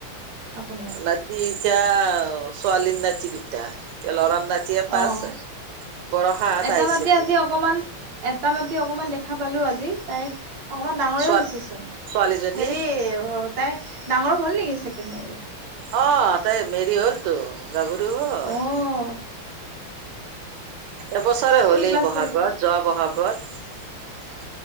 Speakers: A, on the right; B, on the right.
A: আপোনাৰ
B: নাতি এতিয়া ছোৱালী নাতি দুটা এতিয়া লৰা নাতি এতিয়া
A: অ',
B: পাছ বৰষাত
A: এটা
B: আহিছিল
A: নাতি আজি অকমান এটা নাতি অকমান দেখা পালো আজি তাই অকমান ডাঙৰে
B: ছোৱা
A: হৈছে চোন
B: ছোৱালীজনী
A: হেৰি তাই ডাঙৰ হ'ল নেকি ছেকেণ্ড মেৰেজ
B: অ তাই মেৰি হ'লতো গাভৰু হ'ল
A: অ',
B: এবছৰে হ'ল
A: কোন
B: এই
A: ক্লাছ
B: বহাগত
A: পাইছে?
B: যোৱা বহাগত